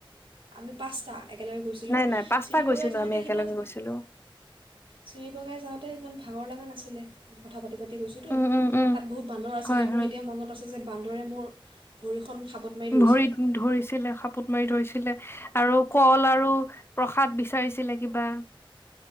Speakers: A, on the right (about 70°); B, on the left (about 25°).
A: আমি পাঁচটা একেলগে গৈছিলোঁ
B: নাই নাই পাঁচটা
A: চিৰিবগাই
B: গৈছিলো
A: যাওঁতে
B: আমি একেলগে
A: সিমান
B: গৈছিলো
A: চিৰিবগাই যাওঁতে তেতিয়া ইমান ভাগৰ লগা নাছিলে কথা পাতি পাতি গৈছোঁতো
B: উম উম উম
A: তাত বহুত বান্দৰ আছিলে
B: হয়
A: মোৰ
B: হয়
A: এতিয়াও মনত আছে যে বান্দৰে মোৰ ভৰিখন সাবত মাৰি ধৰিছিলে
B: ভৰিত ধৰিছিলে সাপত মাৰি ধৰিছিল লে আৰু কল আৰু প্ৰসাদ বিচাৰিছিলে কিবা